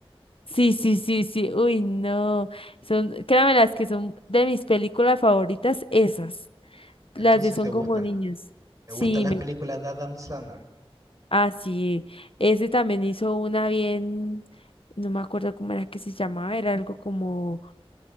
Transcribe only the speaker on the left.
Sí, sí, sí, sí. Uy, no. Son, créanme, las que son de mis películas favoritas, esas.
Las de son
como niños.
Sí,
me,
ah, sí. Ese también hizo una bien, no me acuerdo cómo era que se llamaba, era algo como